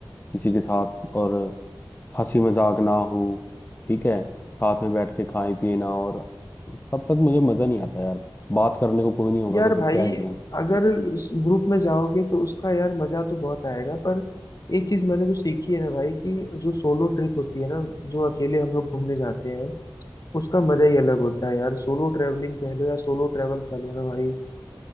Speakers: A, on the left (about 25°); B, on the left (about 45°).
A: किसी के साथ और हंसी मजाक ना हो ठीक है साथ में बैठ के खाए पिए ना और तब तक मुझे मजा नहीं आता यार बात करने को कोई नहीं होगा
B: यार
A: तो फिर
B: भाई
A: क्या ही करेंगे
B: अगर ग्रुप में जाओगे तो उसका यार मजा तो बहुत आएगा पर एक चीज मैंने जो सीखी है ना भाई कि जो सोलो ट्रिप होती है ना जो अकेले हम लोग घूमने जाते हैं उसका मजा ही अलग होता है यार सोलो ट्रेवलिंग कह लो या सोलो ट्रेवल कह लो ना भाई